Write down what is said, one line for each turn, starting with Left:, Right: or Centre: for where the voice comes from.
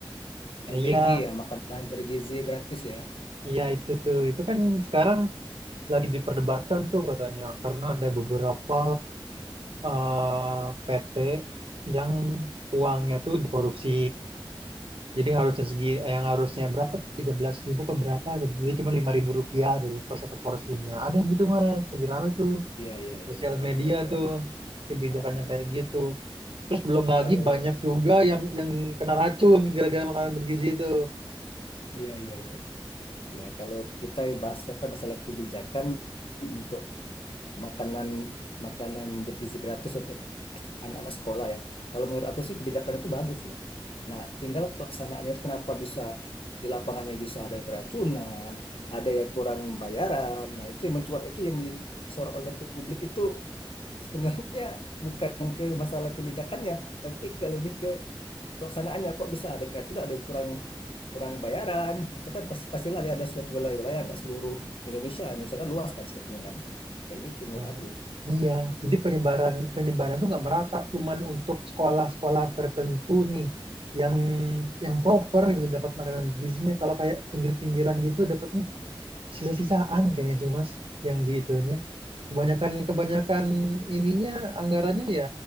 Left: MBG
Right: Iya,
Left: ya, makanan bergizi gratis ya.
Right: iya itu tuh. Itu kan sekarang lagi diperdebatkan tuh katanya, karena ada beberapa eh, PT yang uangnya tuh dikorupsi. Jadi harusnya segi eh, yang harusnya berapa? Tiga belas ribu ribu berapa gitu. Jadi cuma 5.000 rupiah gitu per satu porsinya. Ada yang gitu Mas, lagi rame tuh.
Left: Iya, iya,
Right: Sosial
Left: iya, iya,
Right: media
Left: iya, iya.
Right: tuh
Left: iya.
Right: kebijakannya
Left: Ah, ah.
Right: kayak gitu. Terus belum lagi
Left: Kalau
Right: banyak juga yang yang kena racun gara-gara makanan bergizi itu.
Left: iya, iya, iya. Ya, kalau kita bahas apa masalah kebijakan untuk makanan makanan bergizi gratis untuk anak-anak sekolah ya. Kalau menurut aku sih kebijakan itu bagus ya. Nah, tinggal pelaksanaannya itu kenapa bisa di lapangannya bisa ada yang keracunan, ada yang kurang bayaran. Nah, itu yang mencuat itu yang disorot oleh publik itu sebenarnya bukan ke masalah kebijakannya, tapi ke lebih ke pelaksanaannya kok bisa ada yang kreatif, ada yang kurang kurang bayaran. Itu kan pasti pastilah ada suatu wilayah-wilayah nggak seluruh Indonesia, Indonesia kan luas kan sepertinya kan. Kayak gitu menurut
Right: Nah,
Left: aku.
Right: iya, jadi penyebaran penyebaran tuh nggak merata, cuman untuk sekolah-sekolah tertentu nih yang yang proper gitu dapat makanan bergizinya. Kalau kayak pinggir-pinggiran gitu dapatnya sisa-sisaan kayaknya sih Mas, yang di itunya. Kebanyakan kebanyakan ininya anggarannya ya